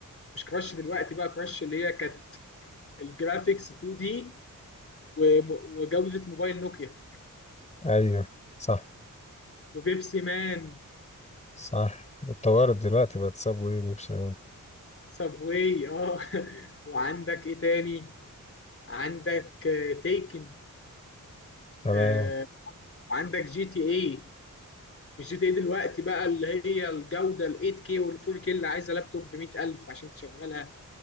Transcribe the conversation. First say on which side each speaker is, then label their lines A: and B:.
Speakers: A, on the left (about 40°); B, on the left (about 20°).
A: مش كراش دلوقتي بقى كراش اللي هي كانت الجرافيكس 2 دي وم- وجودة موبايل نوكيا
B: أيوه صح
A: وبيبسي مان
B: صح اتطورت دلوقتي بقت صابوي وبيبسي
A: سابواي اه <laughs> وعندك ايه تاني عندك آه، تيكن
B: تمام
A: آه وعندك جي تي اي مش جي تي اي دلوقتي بقى اللي هي الجودة ال 8K وال 4K اللي عايزة لابتوب ب 100000 عشان تشغلها